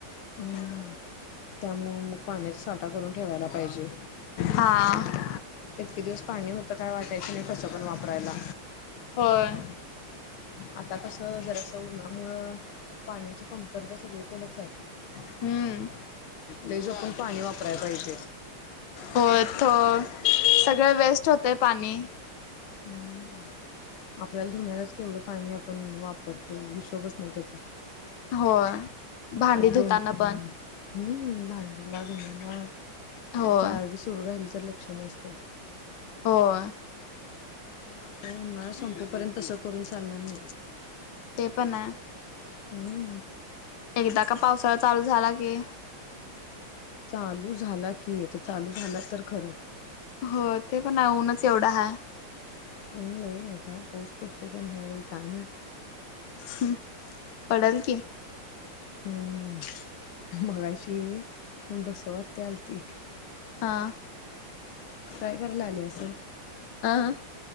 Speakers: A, on the left; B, on the left.
A: हम्म त्यामुळ मग पाण्याचा साठा करून ठेवायला पाहिजे.
B: हां
A: इतके दिवस पाणी होतं काय वाटायचं नाय कसं पण वापरायला.
B: होय.
A: आता कसं जरासं उन्हामुळं पाण्याची कमतरता सगळीकडेच हाय.
B: हम्म,
A: लय जपून पाणी वापरायला पाहिजे.
B: होय थो सगळं वेस्ट होतंय पाणी.
A: हम्म. आपल्याला धुण्यालाच केवढं पाणी आपण वापरतोय हिशोबच नाय त्याचा.
B: होय भांडी
A: आधी
B: धुताना
A: दोन तीन
B: पण.
A: हम्म भांड्याला धुन्याला
B: होय
A: चावी सुरू राहिली तरी लक्ष नसतंय.
B: होय.
A: आता उन्हाळा संपेपर्यंत तसं करून चालणार नाय.
B: ते पण आय.
A: हम्म.
B: एकदा का पावसाळा चालू झाला की
A: चालू झाला की आता चालू झाला तर खरं.
B: होय ते पण आय ऊनच एवढ हाय.
A: ऊन लय हाय काय पाऊस पडतोय का नाय ह्यावेळी काय माहीत.
B: हम् पडल की.
A: हम्म मगाशी बसव आत्या आलती.
B: हा.
A: काय करायला आली असलं?
B: आ?